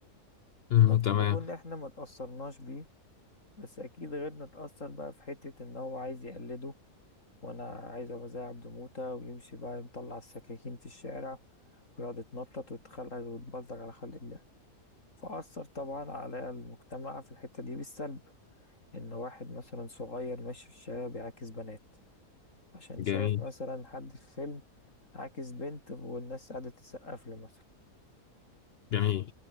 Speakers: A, on the left; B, on the left.
A: مم.
B: ممكن
A: تمام
B: نكون احنا ما تأثرناش بيه بس اكيد غيرنا اتأثر بقى في حتة ان هو عايز يقلده وانا عايز ابقى زي عبد موتة ويمشي بقى مطلع السكاكين في الشارع ويقعد يتنطط ويتخلق ويتبلطج على خلق الله فأثر طبعا على المجتمع في الحتة دي بالسلب ان واحد مثلا صغير ماشي في الشارع بيعاكس بنات عشان
A: جميل
B: شايف مثلا حد في فيلم عاكس بنت والناس قاعدة تسقف له مثلا
A: جميل